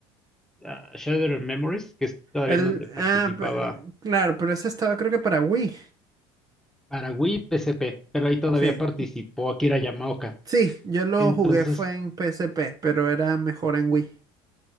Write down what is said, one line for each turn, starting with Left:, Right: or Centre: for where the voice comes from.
Centre: ah, Shattered Memories, que es todavía
Right: El,
Centre: en donde participaba
Right: ah, pe- claro, pero ese estaba creo que para Wii.
Centre: para Wii PSP, pero ahí todavía
Right: Sí,
Centre: participó Akira Yamaoka.
Right: sí, yo lo
Centre: Entonces,
Right: jugué fue en PSP, pero era mejor en Wii.